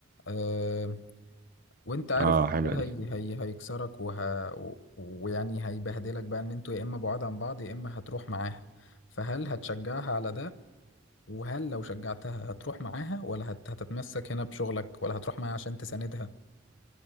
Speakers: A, on the left; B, on the right.
A: آه، وأنت عارف
B: اه حلوة
A: ده
B: دي
A: هي هي هيكسرك وه... و- ويعني هيبهدلك بقى إن أنتوا يا إما بعاد عن بعض يا إما هتروح معاها فهل هتشجعها على ده؟ وهل لو شجعتها هتروح معاها ولا هت... هتتمسك هنا بشغلك ولا هتروح معاها عشان تساندها؟